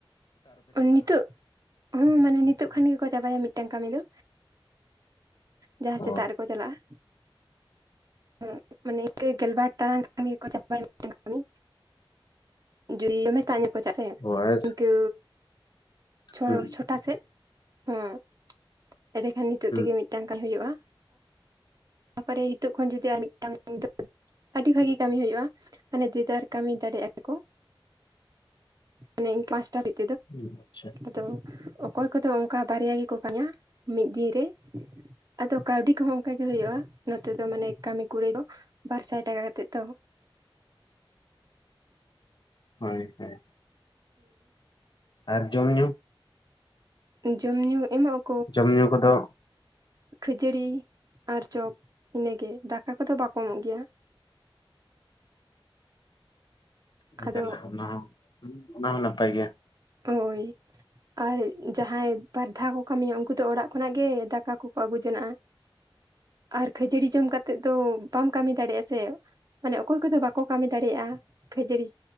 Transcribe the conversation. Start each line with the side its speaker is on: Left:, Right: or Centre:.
Right: ᱱᱤᱛᱚᱜ, ᱦᱚᱸ ᱢᱟᱱᱮ ᱱᱤᱛᱚᱜ ᱠᱷᱟᱱ ᱜᱮᱠᱚ ᱪᱟᱵᱟᱭᱟ ᱢᱤᱫᱴᱟᱝ ᱠᱟᱹᱢᱤ ᱫᱚ᱾ ᱡᱟᱦᱟᱭ ᱥᱮᱛᱟᱜ
Left: ᱚ
Right: ᱨᱮᱠᱚ ᱪᱟᱞᱟᱜᱼᱟ᱾ ᱦᱩᱸ ᱢᱟᱱᱮ ᱤᱱᱠᱟ ᱜᱮᱞᱵᱟᱨ ᱴᱟᱲᱟᱝ ᱠᱷᱟᱱ ᱜᱮᱠᱚ ᱪᱟᱵᱟᱭᱟ ᱢᱤᱫᱴᱮᱱ ᱠᱟᱹᱢᱤ <unintelligible> ᱡᱩᱫᱤ <unintelligible>
Left: ᱚ ᱟᱨ
Right: ᱤᱱᱠᱟᱹᱼᱼ ᱪᱷᱚᱼᱪᱷᱚᱴᱟ
Left: ᱦᱩᱸ
Right: ᱥᱮᱫ, ᱦᱩᱸ ᱮᱸᱲᱮᱠᱷᱟᱱ ᱱᱤᱛᱚᱜ
Left: ᱦᱩᱸ
Right: ᱛᱮᱜᱮ ᱢᱤᱫᱴᱟᱝ ᱠᱟᱹᱡ ᱦᱩᱭᱩᱜᱼᱟ᱾ ᱛᱟᱯᱚᱨᱮ ᱦᱤᱸᱛᱚᱜ ᱠᱷᱚᱱ ᱡᱩᱫᱤ ᱟᱨ ᱢᱤᱫᱴᱟᱝ <unintelligible> ᱟᱹᱰᱤ ᱵᱷᱟᱜᱤ ᱠᱟᱹᱢᱤ ᱦᱩᱭᱩᱜᱼᱟ, ᱢᱟᱱᱮ ᱫᱤᱫᱟᱨ ᱠᱟᱹᱢᱤ ᱫᱟᱲᱮᱼᱟ ᱠᱚ᱾ <unintelligible>
Left: ᱦᱩᱸᱻ ᱟᱪᱪᱷᱟ
Right: ᱛᱚ, ᱚᱠᱚᱭ ᱠᱚᱫᱚ ᱚᱱᱠᱟ ᱵᱟᱨᱭᱟ ᱜᱮᱠᱚ ᱠᱟᱹᱢᱤᱭᱟ ᱢᱤᱫ ᱫᱤᱱ ᱨᱮ᱾ ᱟᱫᱚ ᱠᱟᱹᱣᱰᱤ ᱠᱚᱦᱚᱸ ᱚᱱᱠᱟ ᱜᱮ ᱦᱩᱭᱩᱜᱼᱟ᱾ ᱱᱚᱛᱮ ᱫᱚ ᱢᱟᱱᱮ, ᱠᱟᱹᱢᱤ ᱠᱩᱲᱟᱭ ᱫᱚ, ᱵᱟᱨ ᱥᱟᱭ ᱴᱟᱠᱟ ᱠᱟᱛᱮᱜ ᱛᱚ᱾
Left: ᱦᱳᱭᱼᱦᱳᱭ, ᱟᱨ ᱡᱚᱢ ᱧᱩ᱾
Right: ᱡᱚᱢ ᱧᱩ ᱮᱢᱚᱜᱼᱼ
Left: ᱡᱚᱢ ᱧᱩ ᱠᱚᱫᱚ?
Right: ᱠᱷᱟᱹᱡᱟᱹᱲᱤ ᱟᱨ ᱪᱚᱯ ᱤᱱᱟᱹᱜᱮ ᱫᱟᱠᱟ ᱠᱚᱫᱚ ᱵᱟᱠᱚ ᱮᱢᱚᱜ ᱜᱮᱭᱟ ᱾
Left: ᱚ
Right: ᱟᱫᱚ
Left: ᱡᱟᱞᱟ ᱚᱱᱟ ᱦᱚᱸ ᱚᱱᱟ ᱦᱚᱸ ᱱᱟᱯᱟᱭ ᱜᱮᱭᱟ ᱾
Right: ᱦᱳᱭ ᱾ ᱟᱨ ᱡᱟᱦᱟᱸᱭ ᱵᱟᱨ ᱫᱷᱟᱣ ᱠᱚ ᱠᱟᱹᱢᱤᱭᱟ ᱩᱱᱠᱩ ᱫᱚ ᱚᱲᱟᱜ ᱠᱷᱚᱱᱟᱜ ᱜᱮ ᱫᱟᱠᱟ ᱠᱚᱠᱚ ᱟᱹᱜᱩ ᱡᱚᱱᱟᱜᱼᱟ ᱾ ᱟᱨ ᱠᱷᱟᱹᱡᱟᱹᱲᱤ ᱡᱚᱢ ᱠᱟᱛᱮᱫ ᱫᱚ ᱵᱟᱢ ᱠᱟᱹᱢᱤ ᱫᱟᱲᱮᱟ ᱥᱮ ᱾ ᱢᱟᱱᱮ ᱚᱠᱚᱭ ᱠᱚᱫᱚ ᱵᱟᱠᱚ ᱠᱟᱹᱢᱤ ᱫᱟᱲᱮᱭᱟᱜᱼᱟ, ᱠᱷᱟᱹᱡᱟᱹᱲᱤ